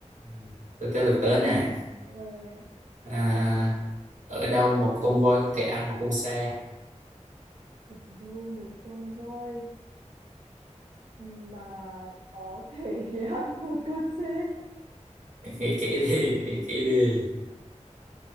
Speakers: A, on the right (about 75°); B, on the right (about 55°).
A: ừ. tới tới lượt tớ nè
B: về
A: à, ở đâu một con voi có thể ăn một con xe
B: ở đâu một con voi mà có thể <laughs> ăn một con xe
A: nghĩ kỹ đi nghĩ kỹ đi